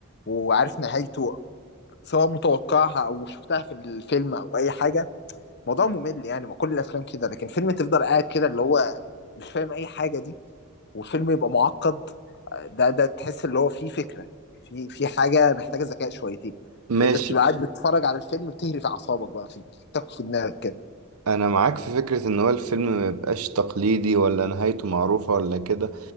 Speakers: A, on the left; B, on the right.
A: وعارف نهايته سواء متوقعها او شفتها في الفيلم او اي حاجة موضوع ممل يعني ما كل الافلام كده لكن فيلم تفضل قاعد كده اللي هو مش فاهم اي حاجه دي وفيلم يبقى معقد ده ده تحس اللي هو فيه فكره في في حاجه محتاجه ذكاء شويتين
B: ماشي
A: يعني انت بتبقى قاعد بتتفرج على الفيلم بتهري في اعصابك بقى في بتاخد في دماغك كده
B: أنا معاك في فكرة إن هو الفيلم ما يبقاش تقليدي ولا نهايته معروفة ولا كده